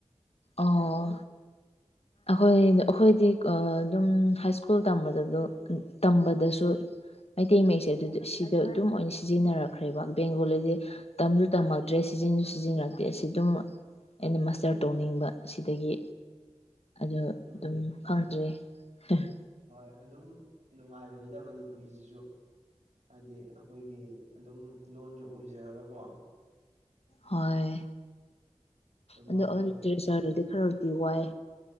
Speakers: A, on the left; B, on the right.
A: ꯑꯣ ꯑꯈꯣꯏꯗ ꯑꯈꯣꯏꯗꯤ ꯑ ꯑꯗꯨꯝ ꯍꯥꯏ ꯁ꯭ꯀꯨꯜ ꯇꯝꯕꯗꯖꯨ ꯎꯝ ꯇꯝꯕꯗꯁꯨ ꯃꯩꯇꯩ ꯃꯌꯦꯛꯁꯦ ꯑꯗꯨꯗ ꯁꯤꯗ ꯑꯗꯨꯝ ꯑꯣꯏꯅ ꯁꯤꯖꯤꯟꯅꯔꯛꯈ꯭ꯔꯦꯕ ꯕꯦꯡꯒꯣꯂꯤꯗꯤ ꯇꯝꯖꯨ ꯇꯝꯃꯛꯇ꯭ꯔꯦ ꯁꯤꯖꯤꯟꯖꯨ ꯁꯤꯖꯤꯟꯅꯔꯛꯇꯦ ꯑꯁꯤ ꯑꯗꯨꯝ ꯑꯩꯅ ꯃꯁꯇꯔ ꯇꯧꯅꯤꯡ ꯕ ꯁꯤꯗꯒꯤ ꯑꯗꯨ
B: ꯎꯝ
A: ꯑꯗꯨꯝ ꯈꯪꯗ꯭ꯔꯦ ꯍ ꯍꯦ
B: ꯍꯣꯏ ꯑꯗꯨꯝ ꯅꯨꯡꯉꯥꯏꯕꯅꯤꯗ ꯃꯅꯤꯄꯨꯔꯤꯁꯤꯁꯨ ꯍꯥꯏꯗꯤ ꯑꯈꯣꯏꯒꯤ ꯑꯗꯨꯝ ꯂꯣꯟꯖꯨ ꯑꯣꯏꯖꯔꯒꯀꯣ
A: ꯍꯣꯏ ꯑꯗꯣ
B: ꯃꯥꯒꯤ
A: ꯑꯍꯟ
B: ꯑꯣꯏꯅꯗꯤ
A: ꯅꯨꯇꯤꯒꯤ ꯆꯔꯗꯤ
B: ꯈꯪꯗꯦ
A: ꯈꯔ ꯋꯥꯏ